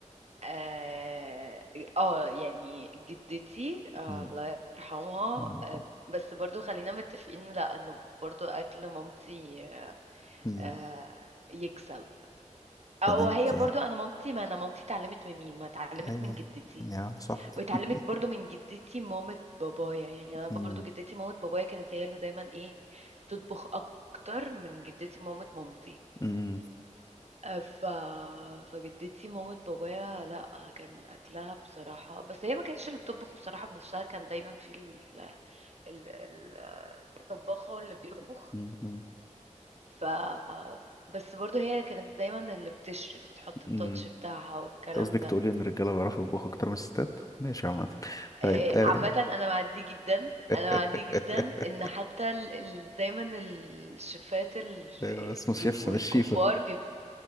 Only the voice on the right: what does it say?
اه آه، يعني جدتي آه
الله يرحمها
آه بس برضو خلينا متفقين لا انه برضو اكل مامتي آه
آه، يكسب
او
هي برضو انا مامتي ما انا مامتي اتعلمت من مين ما اتعلمت
من جدتي
واتعلمت برضو من جدتي مامة بابايا يعني انا
برضو جدتي مامة بابايا كانت هي اللي دايما ايه تطبخ اكتر من جدتي مامة مامتي
ف... فجدتي مامة بابايا لا كان اكلها بصراحة بس هي ما كانتش اللي بتطبخ بصراحة بنفسها كان دايما في ال... ال... ال- الطباخة هو اللي بيطبخ
ف بس برضو هي كانت دايما اللي بتشرف وتحط التاتش
بتاعها والكلام
ده
إيه،
عامة أنا مع دي جدا أنا
مع دي جدا إن حتى ال... ال... دايما الشيفات ال...
آه،
بيبقوا
الكبار
بيبقوا